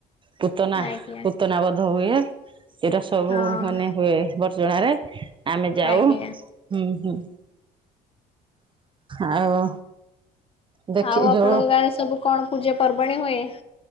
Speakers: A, on the right; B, on the left.
A: ପୁତନା
B: ଆଜ୍ଞା
A: ପୁତନା ବୋଧ ହୁଏ ଏଇଟା ସବୁ
B: ହଁ
A: ମାନେ ହୁଏ ବ ଜଣାରେ ଆମେ ଯାଉ
B: ଆଜ୍ଞା।
A: ହୁଁ ହୁଁ ଆଉ ଦେଖି
B: ଆଉ ଆପଣଙ୍କ
A: ଯୋଉ
B: ଗାଁରେ ସବୁ କଣ ପୂଜା ପର୍ବାଣୀ ହୁଏ